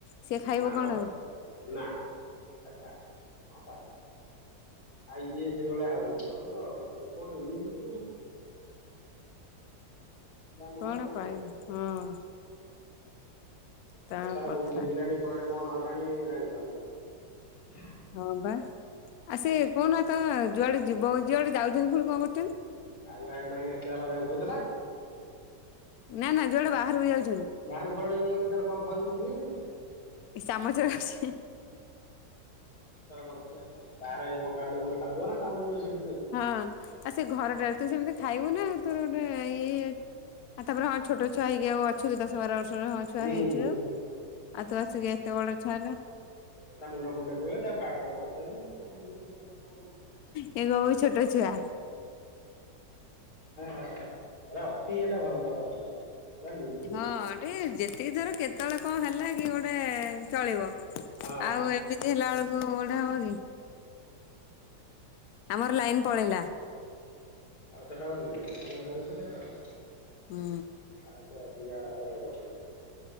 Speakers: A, on the left; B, on the left.
A: ସିଏ ଖାଇବ
B: ନାବା,
A: କଣ ଆଉ
B: ନା ଆଚ୍ଛା। ହଁ, ଆଉ ଇଏ ସେଇଭଳିଆ ହଉଛି ତମେତ, ଇଏ କଣ ଏମିତି <inaudible> ନା ମୁଣ୍ଡ
A: କଣ
B: <unintelligible>
A: ପାଇବ
B: ହୁଁ।
A: ହଁ ତା
B: ହସାରା
A: କଥା
B: କୋଉଠିିବିଲଣି କୁଆଡେ କଣ ହେଲାଣି ଜାଣି ପାରୁନାହାନ୍ତି।
A: ହଁବା, ଆସେ କଣନାତ ଯୁଆଡେ ଯିବ ଯୁଆଡେ ଯାଉଛନ୍ତି ପୁଣି କଣ କରୁଛନ୍ତି?
B: ଆାଇ ଭାଇ <inaudible>
A: ନା-ନା ଯୋଡେ ବାହାରକୁ ଯାଉଛି।
B: ବାହାରକୁ କୁଆଡେ ଯାଉଛି ତାର କଣ ଖାଉଛି ମୁଁ କେମିତି ଯାଣିବି?
A: ଇସାମ ଜଛି।
B: କ ତ କରୁ କଣ, ବାହାରେ କମ୍ପାନୀର ପୁଣି ଖାଉଥିବ ନା ଖାଉନ ଯଉ
A: ହଁ, ଆଉ ସେଘରଟଡାରେ ତୁ ସେମିତି ଖାଇବୁ ନା ତୋରଗୋଟେ ଇଏ ଆଉ ତାପରେ ହଁ ଛୋଟ ଛୁଆ ହେଇକି ଆଉ ଅଛ କି ଦଶବାର ବର୍ଷର ହଁ ଛୁଆ
B: ହୁଁ
A: ହେଇଥିଲୁ
B: ହୁଁ
A: ଆ ତୁ ଅସ ଏତେବଡ ଛୁଆ
B: ହ ତା ମୁଣ୍ଡ କୁଣ୍ଡେଇ ଦେବେ, ତାପାହାଡରେ ମାରିଦେବେ କଣ କୋ
A: ଇଏ କହିବୁ ଛୋଟ ଛୁଆ।
B: <inaudible> ଅତି ଇଏ ଭଲ ମତ ଭଲ ଏରା ଲିମିଟ
A: ହଁ
B: ଗୋଟେ
A: ଟିକେ ଯେତିକିଧର କେତେବେଳେ କଣ ହେଲା କି ଗୋଟେ ଚଳିବ।
B: ହଁ
A: ଆଉ ଏମିତି ହେଲାବେଳକୁ ଗୋଟେ ହବକି, ଆମର ଲାଇନ ପଳେଇଲା।
B: ଆଉ ସେଟା ଆ ନିମତି ନ ସେ ଭିତରେ ଆଉ,
A: ହୁଁ
B: ଆଉ ଅଧିକା ତାର ଓଭର